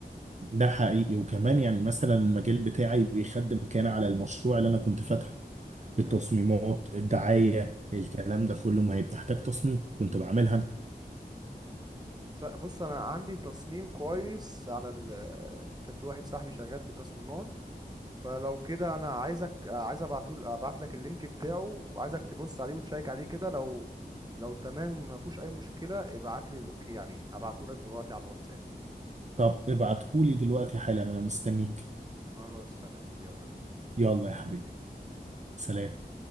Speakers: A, on the right; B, on the right.
A: ده حقيقي وكمان يعني مثلا المجال بتاعي بيخدم كان على المشروع اللي انا كنت فاتحه التصميمات
B: مم.
A: الدعاية الكلام ده كله ما هي بتحتاج تصميم كنت بعملها أنا
B: لا، بص انا عندي تصميم كويس على ال... كان في واحد صاحبي شغال في التصميمات فلو كده انا عايزك عايز ابعتول ابعت لك اللينك بتاعه وعايزك تبص عليه وتشيك عليه كده لو لو تمام ما فيهوش اي مشكلة ابعت لي الاوكي عليه هبعته لك دلوقتي على الواتساب
A: طب ابعتهولي دلوقتي حالا أنا مستنيك
B: خلاص تمام يلا بينا
A: يلا يا حبيبي
B: يلا بينا.
A: سلام